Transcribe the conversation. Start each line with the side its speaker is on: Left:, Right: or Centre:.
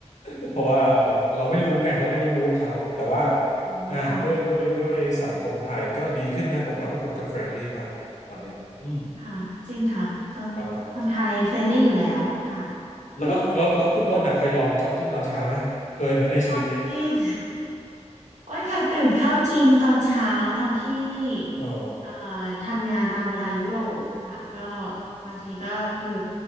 Left: <laughs> เพราะว่าบางเราไม่รู้ไงเราไม่รู้มูดเขาแต่ว่า
Right: อืมค่ะ
Left: อ่าด้วยด้วยด้วยสังคมไทยก็ดีขึ้นนะผมว่าทุกคนก็เฟรนลี่มากนะตอนเนี้ยอืม
Right: ค่ะ จริงค่ะก็
Left: ประมาณ
Right: คนไทยเฟรนได้อยู่แล้วค่ะ
Left: แล้วแล้วแล้วคุณอ้นน่ะเคยลองจ็อกกิ้งตอนเช้าไหมเคยไหมในชีวิตเนี้ย
Right: จ็อกกิ้ง โอ้ยค่ะตื่นเข้าจิมตอนเช้าตอนที่
Left: <laughs> อ๋อ
Right: เอ่อทำงานตามเวลายุโรปค่ะก็บางทีก็คือ